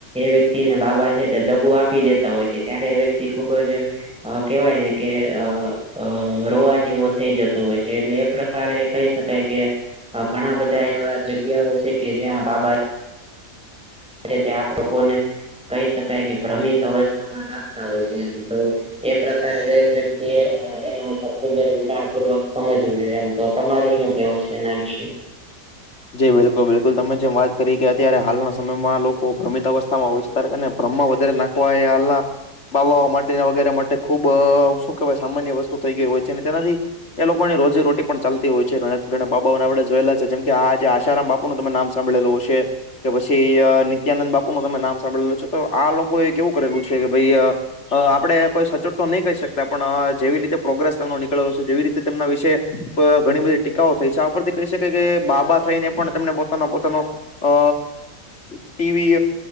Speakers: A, in the centre; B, on the left.
A: એ તિને બાબા છે તે દગો આપી દેતા હોય છે ત્યારે વ્યક્તિ ખુબ જ અ કેવાય ને કે અ રોવા જેવો થઈ જતો હોય છે એટલે એ પ્રકારે કહી શકાય કે ઘણા બધા એવા જગ્યાઓ છે કે જ્યાં બાબા તે લોકોને કહી શકાય કે ભ્રમિત અવસ્થામાં લખતા હોય છે તો એ પ્રકારે દરેક વ્યક્તિ એના ઉપર ખુબ જ ઉંડાણપૂર્વક સમજવું જોઈએ એમ તો તમારું શું કેવું છે એના વિશે
B: જી બિલકુલ બિલકુલ તમે જેમ વાત કરી કે અત્યારે હાલના સમયમાં લોકો ભ્રમિત અવસ્થામાં હોય છે ને બ્રહ્મ વધારે નાખવા એ આલના બાબા ઓ માટે વગેરે માટે ખુબ શું કહેવાય સામાન્ય વસ્તુ થઈ ગય હોય છે ને તેનાથી એ લોકોની રોજી રોટી પણ ચાલતી હોય છે ઘણા ઘણા બાબાઓને આપડે જોયેલા છે જેમ કે આ જે આશારામ બાપુ નું તમે નામ સાભળેલું હશે કે પછી નિત્યાનંદ બાપુ નું તમે નામ સાંભળેલું છે તો આ લોકોએ કેવું કરેલું છે કે ભાઈ અ આપડણે કોઈ સચોટ તો નહી કહી શકતા પણ જેવી રીતે પ્રોગ્રેસ તનો નીકળ્યોશે જેવી રીતે તેમના વિશે ઘણી બધી ટીકાઓ થઈ છે આ આપથી કહી શકાય કે બાબા થઈને પણ તેમને પોતાના પોતાનો અ ટીવી